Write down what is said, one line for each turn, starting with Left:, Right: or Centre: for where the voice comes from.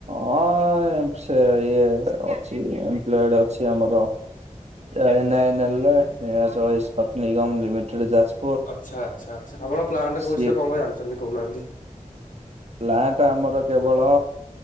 Right: ହଁ ଏମ ସେ ଇଏ ଏପ୍ ଅଛି ଆମର ଏ <unintelligible> ନିରାଚଳ ଇସ୍ପତ୍ତି ନିଗମ ଲିମିଟେଡ୍ ଯାଞ୍ଚ
Left: ଆଛା, ଆଛା, ଆଛା, ଆପଣ ପ୍ଲାଣ୍ଟ
Right: ସିଏ
Left: ବିଷୟରେ କଣ ଜାଣିଛନ୍ତି କହୁନାହାନ୍ତି?
Right: ପ୍ଲାଣ୍ଟ ଆମର କେବଳ